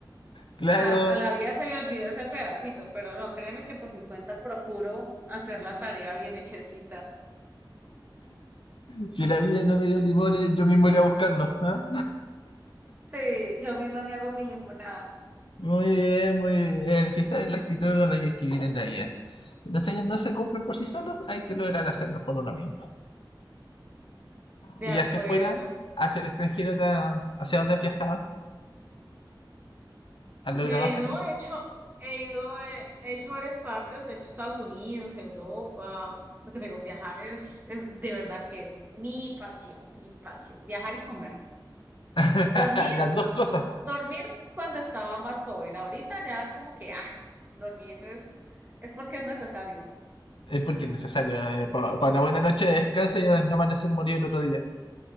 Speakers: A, on the left; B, on the right.
A: Claro.
B: A, a la vida se le olvidó ese pedacito, pero no, créeme que por mi cuenta procuro hacer la tarea bien hechecita.
A: Si la vida no me dio limones, yo mismo iré a buscarlos, ¿ah?
B: Sí, yo misma me hago mi limonada.
A: Muy bien, muy bien. Si esa es la actitud con la que hay que vivir en la vida. Si los sueños no se cumplen por sí solos, hay que lograr hacerlos por uno mismo.
B: De
A: Y
B: acuerdo.
A: hacia afuera, hacia el extranjero, ta- hacia donde has viajado. han logrado
B: Eh,
A: salir.
B: no, he hecho, he ido, eh, he hecho varias partes, he hecho Estados Unidos, Europa. Lo que tengo, viajar es, es de verdad que es mi pasión, mi pasión. Viajar y comer.
A: <laughs>
B: Dormir,
A: Las dos cosas.
B: dormir cuando estaba más joven. Ahorita ya como que, ah, dormir es, es porque es necesario.
A: Es porque es necesario. eh, para pa una buena noche de descanso y no amanecer morir el otro día.